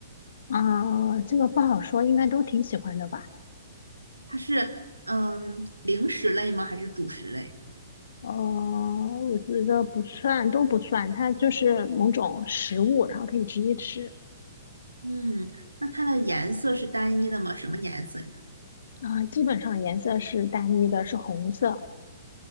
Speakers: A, on the left (about 60°); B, on the right (about 85°).
A: 啊、这个不好说，应该都挺喜欢的吧？
B: 它是嗯零食类吗？还是主食类？
A: 哦，我觉得不算，都不算，它就是某种食物，然后可以直接吃。
B: 嗯，那它的颜色是单一的吗？什么颜色呀？
A: 啊、基本上颜色是单一的，是红色。